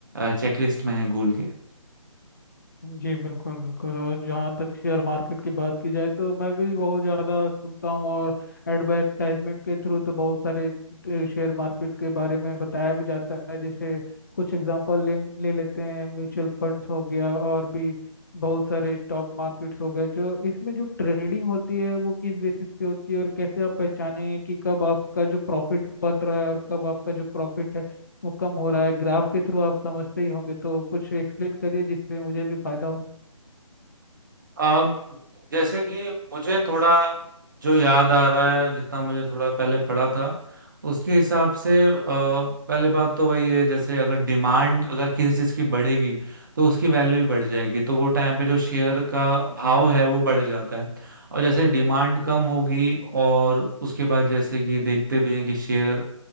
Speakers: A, on the right (about 35°); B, on the left (about 35°).
A: चेकलिस्ट में है गूगल के
B: जी बिल्कुल बिल्कुल और जहाँ तक शेयर मार्केट की बात की जाए तो मैं भी बहुत ज़्यादा सुनता हूँ और एडवर्टाइजमेंट के थ्रू तो बहुत सारे अ, शेयर मार्केट के बारे में बताया भी जाता है जैसे कुछ एग्जांपल ले ले लेते हैं म्यूचुअल फंड्स हो गया और भी बहुत सारे स्टॉक मार्केट्स हो गए जो इसमें जो ट्रेडिंग होती है वो किस बेसिस पे होती है और कैसे आप पहचानेंगे कि कब आपका जो प्रॉफिट बन रहा है और कब आपका जो प्रॉफिट है वो कम हो रहा है ग्राफ के थ्रू आप समझते ही होंगे तो कुछ एक्सप्लेन करिए जिससे मुझे भी फायदा हो
A: अ, जैसे कि मुझे थोड़ा जो याद आ रहा है जितना मुझे थोड़ा पहले पढ़ा था उसके हिसाब से अ, पहले बात तो वही है जैसे अगर डिमांड अगर किसी चीज़ की बढ़ेगी तो उसकी वैल्यू भी बढ़ जाएगी तो वो टाइम पे जो शेयर का भाव है वो बढ़ जाता है और जैसे डिमांड कम होगी और उसके बाद जैसे कि देखते भी हैं कि शेयर